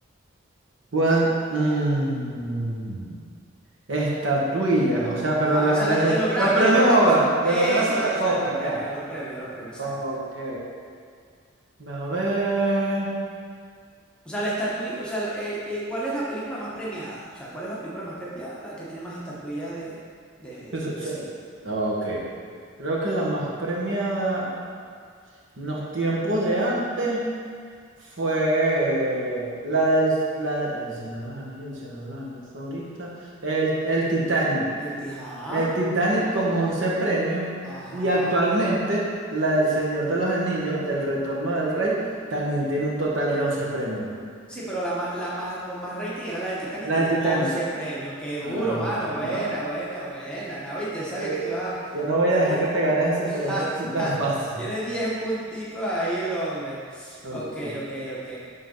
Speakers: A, on the right (about 60°); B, in the centre.
A: ¿Cuál? mm, Estatuillas, o sea, pero
B: Ajá,
A: las,
B: o sea,
A: las
B: la-
A: dos-
B: de los Grammy,
A: los premios
B: de los Grammys.
A: Hogar, de
B: Eso,
A: los Grammys o
B: eso,
A: de los Oscars,
B: de los premios,
A: ya.
B: de los premios, de los premios,
A: Ok.
B: exacto.
A: A ver.
B: O sea, la estatuilla, o sea, la- eh, eh, ¿cuál es la película más premiada? O sea, ¿cuál es la película más premiada? La que tiene más estatuillas de, de-
A: Es- es-
B: del cine.
A: Ok. Creo que la más premiada en los tiempos de antes fue la del la, de- El Señor de los Anillos, el Señor de los Anillos fue ahorita. El, el Titanic.
B: El Tijá,
A: El Titanic con 11 premios.
B: ajá.
A: Y actualmente la del Señor de los Anillos, El Retorno del Rey, también tiene un total de 11 premios.
B: Sí, pero la, ma- la más, con más rating era la del Titanic
A: La
B: y tiene
A: del Titanic.
B: 11 premios. Qué duro,
A: Ah,
B: mano.
A: no.
B: Buena, buena, buena. No, viste, sabía
A: Ya,
B: que tú ibas a...
A: ya no voy
B: Ya
A: a dejar
B: te-
A: que te ganes
B: <laughs>
A: ese teléfono así tan fácil.
B: Tiene 10 punticos ahí el hombre.
A: Ok.
B: Ok, ok, ok.